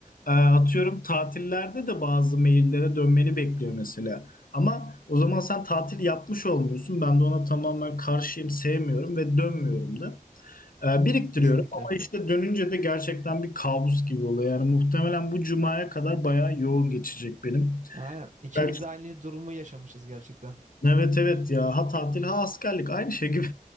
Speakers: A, on the left; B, on the right.
A: e, atıyorum tatillerde de bazı maillere dönmeni bekliyor mesela. Ama o zaman sen tatil yapmış olmuyorsun. Ben de ona tamamen karşıyım, sevmiyorum ve dönmüyorum da. Ee, biriktiriyorum
B: Kesinlikle.
A: ama işte dönünce de gerçekten bir kabus gibi oluyor. Yani muhtemelen bu cumaya kadar bayağı yoğun geçecek benim.
B: Aynen. İkimiz
A: Belki
B: de aynı durumu yaşamışız gerçekten.
A: evet evet ya ha tatil ha askerlik aynı şey gibi.